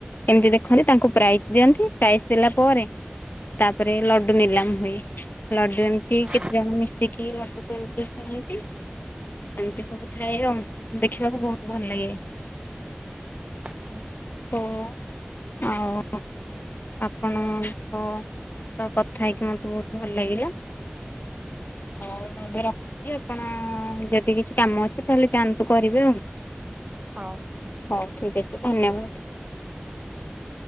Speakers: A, on the left; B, on the right.
A: ଏମିତି ଦେଖନ୍ତି ତାଙ୍କୁ ପ୍ରାଇଜ୍ ଦିଅନ୍ତି। ପ୍ରାଇଜ୍ ଦେଲା ପରେ ତାପରେ ଲଡୁ ନିଲାମ ହୁଏ। ଲଡୁ ଏମିତି
B: ହଁ
A: କେତେ ଜଣ ମିଶିକି ଲଡୁ ଏମତି କରନ୍ତି ଏମିତି ସବୁ ଥାଏ ଆଉ ଦେଖିବାକୁ ବହୁତ ଭଲ ଲାଗେ।
B: ଓ
A: ଓହୋ, ଆଉ ଆପଣଙ୍କ ତ କଥା ହେଇକି ମୋତେ ବହୁତ ଭଲ ଲାଗିଲା। ଓ ଏବେ ରଖୁଛି ଆପଣ ଯଦି କିଛି କାମ ଅଛି ତାହେଲେ ଯାଆନ୍ତୁ କରିବେ ଆଉ।
B: ହଁ।
A: ହଉ ଠିକ ଅଛି ଧନ୍ୟବାଦ।